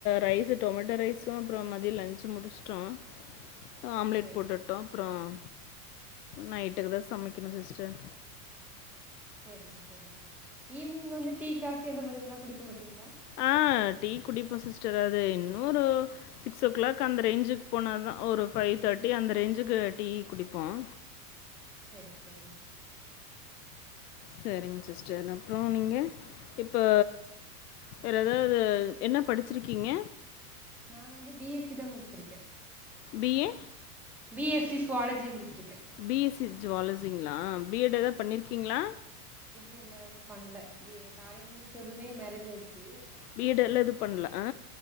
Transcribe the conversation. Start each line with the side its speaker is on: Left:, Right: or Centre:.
Left: ரைஸ் டொமேட்டோ ரைஸும் அப்றம் மதிய லஞ்சு முடிச்சுட்டோம் ஆம்லேட்
Centre: செரி
Left: போட்டுவிட்டோம் அப்றம் நைட்டுக்கு தான் சமைக்கணும் சிஸ்டர்
Centre: செரிங்க செரிங்க ஈவினிங் வந்து டீ காஃபி அந்த மாதிரிதான் குடிக்க மாட்டீங்களா
Left: ஆ டீ குடிப்போம் சிஸ்டர் அது இன்னொரு சிக்ஸ் ஓ கிளாக் அந்த ரேஞ்சுக்கு போனா தான் ஒரு ஃபைவ் தேர்ட்டி அந்த ரேஞ்சுக்கு டீ குடிப்போம்
Centre: செரி செரி
Left: செரிங்க சிஸ்டர் அப்றம் நீங்கள் இப்போ வேற எதாவது என்ன படிச்சிருக்கீங்க
Centre: நா வந்து பி எஸ் சி தா முடிச்சிருக்கே
Left: BA?
Centre: B S C zoology முடிச்சிருக்கே
Left: பி எஸ் சி ஜுவாலர்ஜிங்களா பி எட் ஏதாது பண்ணிருக்கீங்களா
Centre: இல்ல இல்ல ஒன்னு பண்ல பி காலேஜ் முடிச்சதுமே மேரேஜ் ஆயிர்ச்சி
Left: பீ எட் எல்லா எது பண்ல ஆ